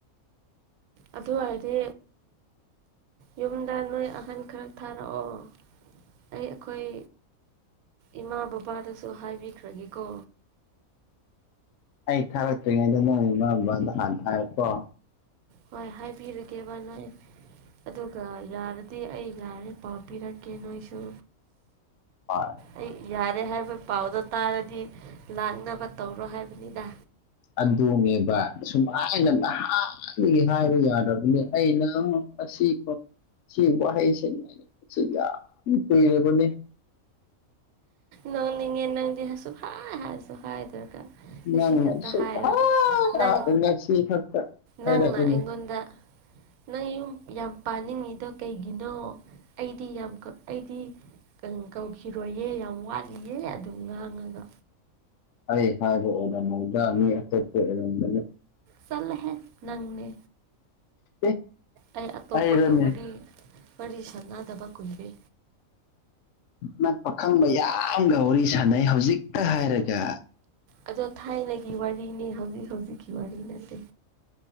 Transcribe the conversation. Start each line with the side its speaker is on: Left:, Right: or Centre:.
Right: ꯑꯗꯨ ꯑꯣꯏꯔꯗꯤ ꯌꯨꯝꯗ ꯅꯣꯏ ꯑꯍꯟ ꯈꯔ ꯊꯥꯔꯛꯑꯣ ꯑꯩ ꯑꯩꯈꯣꯏ ꯏꯃꯥ ꯕꯕꯥꯗꯁꯨ ꯍꯥꯏꯕꯤꯈ꯭ꯔꯒꯦꯀꯣ
Left: ꯑꯩ ꯊꯥꯔꯛꯇ꯭ꯔꯤꯉꯩꯗ ꯅꯪ ꯏꯃꯥ ꯕꯕꯥꯗꯣ ꯍꯥꯟꯅ ꯍꯥꯏꯔꯛꯀꯣ
Right: ꯍꯣꯏ ꯍꯥꯏꯕꯤꯔꯒꯦꯕꯕꯥ ꯅꯣꯏ ꯑꯗꯨꯒ ꯌꯥꯔꯗꯤ ꯑꯩ ꯌꯥꯔꯦ ꯄꯥꯎ ꯄꯤꯔꯛꯀꯦ ꯅꯣꯏꯁꯨ
Left: ꯍꯣꯏ
Right: ꯑꯩ ꯌꯥꯔꯦ ꯍꯥꯏꯕ ꯄꯥꯎꯗꯣ ꯇꯥꯔꯗꯤ ꯂꯥꯛꯅꯕ ꯇꯧꯔꯣ ꯍꯥꯏꯕꯅꯤꯅ
Left: ꯑꯗꯨꯗꯣꯡꯉꯦꯕ ꯁꯨꯃꯥꯏꯅ ꯅꯍꯥꯟꯗꯒꯤ ꯍꯥꯏꯕ ꯌꯥꯔꯕꯅꯤ ꯑꯩꯅ ꯑ ꯑꯁꯤꯀꯣ ꯁꯤ ꯋꯥꯍꯩꯁꯤ ꯍꯥꯏꯩꯅꯣ ꯁꯤ ꯌꯥꯝ ꯀꯨꯏꯔꯕꯅꯦ
Right: ꯅꯪ ꯅꯤꯡꯉꯦ ꯅꯪꯗꯤ ꯍꯁꯨ ꯐꯥꯏ ꯍꯁꯨ ꯍꯥꯏ ꯗꯔꯀ
Left: ꯅꯪꯅ
Right: ꯉꯁꯤ ꯈꯛꯇ
Left: ꯁꯨꯛꯍꯥꯏ
Right: ꯍꯥꯏꯔꯒ ꯅꯪ
Left: ꯍꯥꯏꯗꯦ ꯉꯁꯤ ꯈꯛꯇ ꯍꯥꯏꯔꯛꯏꯅꯦ
Right: ꯅꯪꯅ ꯑꯩꯉꯣꯟꯗ ꯅꯪ ꯌꯨꯝ ꯌꯥꯝ ꯄꯥꯅꯤꯡꯉꯤꯗ ꯀꯩꯒꯤꯅꯣ ꯑꯩꯗꯤ ꯌꯥꯝ ꯑꯩꯗꯤ ꯀꯧꯈꯤꯔꯣꯏꯌꯦ ꯌꯥꯝ ꯋꯥꯠꯂꯤꯌꯦ ꯑꯗꯨꯝ ꯉꯥꯡꯉꯒ
Left: ꯑꯩ ꯍꯥꯏꯕ ꯑꯣꯗꯔ ꯃꯧꯗ꯭ꯔ ꯃꯤ ꯑꯇꯣꯞꯄ ꯑꯣꯏꯔꯝꯝꯕꯅꯤ
Right: ꯆꯂꯍꯦ ꯅꯪꯅꯦ
Left: ꯑꯦ
Right: ꯑꯩ ꯑꯇꯣꯞꯄꯒ
Left: ꯑꯩꯔꯅꯦ
Right: ꯋꯥꯔꯤꯅꯤ ꯋꯥꯔꯤ ꯁꯥꯟꯅꯗꯕ ꯀꯨꯟꯕꯤ
Left: ꯅꯛꯄ ꯈꯪꯕ ꯌꯥꯝꯒ ꯋꯥꯔꯤ ꯁꯥꯟꯅꯩ ꯍꯧꯖꯤꯛꯇ ꯍꯥꯏꯔꯒ
Right: ꯑꯗꯣ ꯊꯥꯏꯅꯒꯤ ꯋꯥꯔꯤꯅꯦ ꯍꯧꯖꯤꯛ ꯍꯧꯖꯤꯛꯀꯤ ꯋꯥꯔꯤ ꯅꯠꯇꯦ